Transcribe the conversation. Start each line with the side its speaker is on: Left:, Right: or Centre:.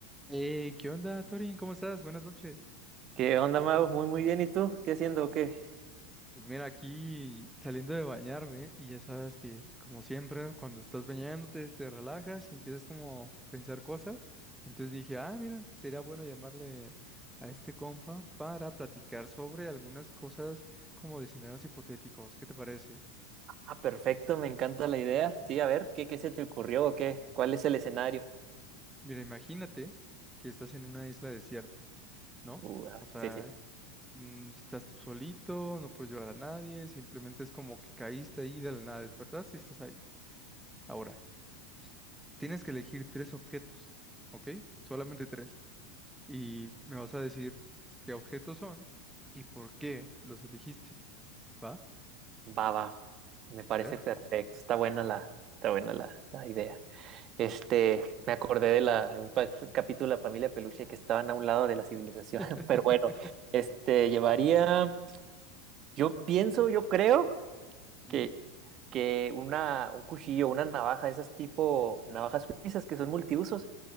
Centre: Hey, ¿qué onda, Torin? ¿Cómo estás? Buenas noches.
Right: ¿Qué onda, Mau? Muy, muy bien. ¿Y tú? ¿Qué haciendo o qué?
Centre: Pues Mira, aquí saliendo de bañarme y ya sabes que, como siempre, cuando estás bañándote, te relajas y empiezas como a pensar cosas. Entonces dije, ah, mira, sería bueno llamarle a este compa para platicar sobre algunas cosas como de escenarios hipotéticos. ¿Qué te parece?
Right: Ah, perfecto, me encanta la idea. Sí, a ver, ¿qué, qué se te ocurrió o qué? ¿Cuál es el escenario?
Centre: Mira, imagínate que estás en una isla desierta, ¿no?
Right: Uh, a
Centre: O
Right: ver,
Centre: sea,
Right: sí, sí.
Centre: mm, estás tú solito, no puedes llevar a nadie, simplemente es como que caíste ahí de la nada, despertaste y estás ahí. Ahora, s- tienes que elegir tres objetos, ¿ok? Solamente tres. Y me vas a decir qué objetos son y por qué los elegiste, ¿va?
Right: Va, va. Me parece
Centre: A ver.
Right: perfecto. Está buena la, está buena la, la idea. Este, me acordé de la, de un pa- capítulo de la familia Peluche que estaban a un lado de la civilización.
Centre: <laughs>
Right: <laughs> Pero bueno, este, llevaría, yo pienso, yo creo
Centre: Ujú.
Right: que, que una, un cuchillo, una navaja, esas tipo navajas suizas que son multiusos.